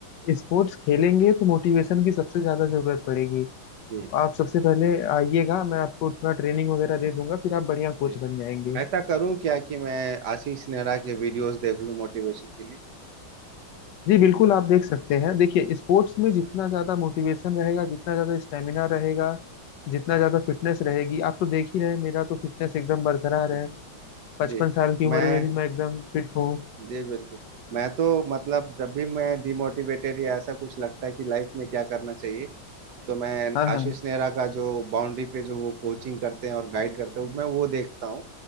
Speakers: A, on the left; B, on the right.
A: स्पोर्ट्स खेलेंगे तो मोटिवेशन की सबसे ज्यादा जरूरत पड़ेगी तो
B: जी
A: आप सबसे पहले आइएगा मैं आपको थोड़ा ट्रेनिंग वगैरह दे दूंगा फिर आप बढ़िया कोच
B: जी
A: बन जाएंगे
B: ऐसा करूं क्या कि मैं आशीष नेहरा के वीडियोस देख लूं मोटिवेशन के लिए
A: जी बिल्कुल आप देख सकते हैं देखिए स्पोर्ट्स में जितना ज्यादा मोटिवेशन रहेगा जितना ज्यादा स्टेमिना रहेगा जितना ज्यादा फिटनेस रहेगी आप तो देख ही रहे हैं मेरा तो फिटनेस एकदम बरकरार
B: जी
A: है पचपन
B: जी
A: साल की उम्र
B: मैं
A: में भी मैं एकदम फिट हूँ
B: जी बिल्कुल मैं तो मतलब जब भी मैं डिमोटिवेटेड या ऐसा कुछ लगता है कि लाइफ में क्या करना चाहिए तो मैं
A: हाँ हाँ
B: आशीष नेहरा का जो बाउंड्री पे जो वो कोचिंग करते हैं और गाइड करते हैं मैं वो देखता हूँ